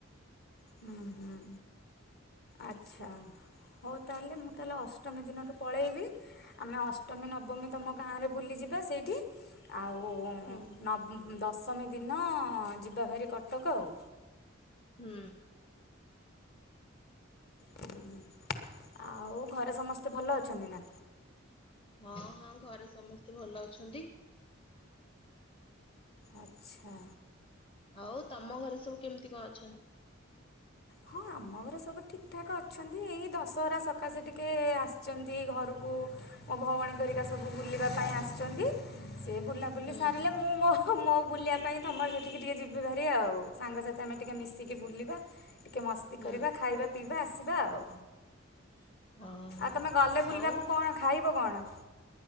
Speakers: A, on the left; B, on the left.
A: ହୁଁ ହୁଁ ଆଛା। ହଉ ତାହେଲେ ମୁଁ ତାହେଲେ ଅଷ୍ଟମୀ ଦିନଠୁ ପଳେଇବି ଆମେ ଅଷ୍ଟମୀ ନବମୀ ତମ ଗାଁରେ ବୁଲିଯିବା ସେଇଠି ଆଉ ହଁ
B: ହୁଁ
A: ନବ ଦଶମୀ ଦିନ ଯିବା ଭାରି କଟକ ଆଉ।
B: ହୁଁ।
A: ହୁଁ ଆଉ ଘରେ ସମସ୍ତେ ଭଲ ଅଛନ୍ତି ନାଁ?
B: ହଁ ହଁ ଘରେ ସମସ୍ତେ ଭଲ ଅଛନ୍ତି।
A: ଆଛା।
B: ଆଉ ତମ ଘରେ ସବୁ କେମିତି କଣ ଅଛନ୍ତି?
A: ହଁ ଆମ ଘରେ ସବୁ ଠିକ୍ ଠାକ୍ ଅଛନ୍ତି ଏଇ ଦଶହରା ସକାଶେ ଟିକେ ଆସିଛନ୍ତି ଘରକୁ ମୋ ଭଉଣୀ ଘରିକା ସବୁ ବୁଲିବା ପାଇଁ ଆସିଛନ୍ତି ସେ ବୁଲାବୁଲି
B: ହୁଁ
A: ସାରିଲେ
B: ହୁଁ
A: ମୁଁ ମୋ ହଁ ମୋ ବୁଲିବା ପାଇଁ ତମ ସେଠିକି ଟିକେ ଯିବି ଭାରି ଆଉ ସାଙ୍ଗସାଥି ଆମେ ଟିକେ ମିଶିକି ବୁଲିବା ଟିକେ ମସ୍ତି
B: ହୁଁ
A: କରିବା ଖାଇବା ପିଇବା ଆସିବା ଆଉ।
B: ହଁ ହଁ
A: ଆଉ ତମେ ଗଲେ ବୁଲିବାକୁ
B: ଆଉ
A: କଣ ଖାଇବ କଣ?